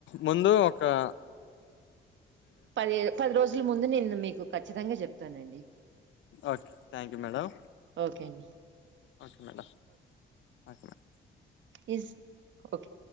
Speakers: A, on the left; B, on the right.
A: ముందు ఒకక్క
B: పదిే పది రోజులు ముందు నేను మీకు ఖచ్చితంగా చెప్పను ానండిఓే
A: okay thank you madam
B: okay అండి
A: okay madam okay madam
B: is okay